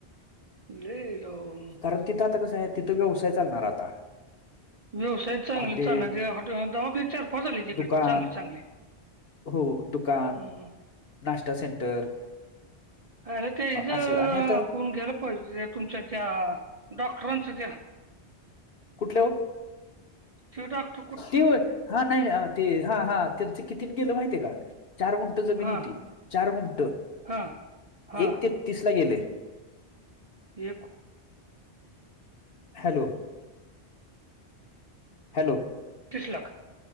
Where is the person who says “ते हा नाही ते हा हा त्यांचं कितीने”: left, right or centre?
Left